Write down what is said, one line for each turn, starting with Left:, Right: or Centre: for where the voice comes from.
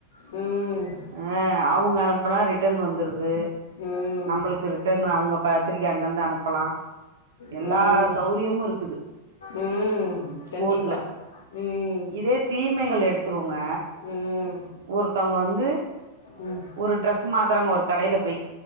Left: ம்
Right: அ அவுங்க அனுப்புன்னா ரிட்டன் வந்துருது
Left: ம்
Right: நம்மளுக்கு ரிட்டன் அவுங்க பத்திரக்க அங்க இருந்து அனுப்புல்லா எல்லா
Left: ம் ம்
Right: சௌரியமு இருக்குது
Left: ம் கண்டிப்பா
Right: போன்ல
Left: ம்
Right: இதே தீமைகள் எடுத்துக்கோங்க
Left: ம்
Right: ஒருத்தவங்க வந்து
Left: ம்
Right: ஒரு ட்ரெஸ் மாத்துறாங்க ஒரு கடைல போய்